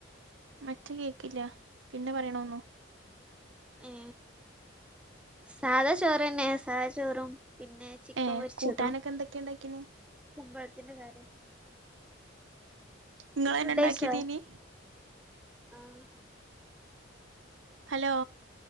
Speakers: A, on the right (about 70°); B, in the centre.
A: മറ്റേ കേൾക്കില്ല പിന്നെ പറയണൊന്നും.
B: ഏ സാധാ ചോറന്നെ സാധാ ചോറും പിന്നെ. ചിക്കൻ
A: ഏഹ്
B: പൊരിച്ചതും
A: കൂട്ടാനൊക്കെ എന്തൊക്കെയാ ഇണ്ടാക്കീന്
B: കുമ്പളത്തിന്റെ കറിം.
A: ഇങ്ങളന്നെ
B: ഇയ്യ് ഫുഡഴിച്ചോ
A: ഇണ്ടാക്കിയതെനി.
B: ആഹ്
A: ഹലോ.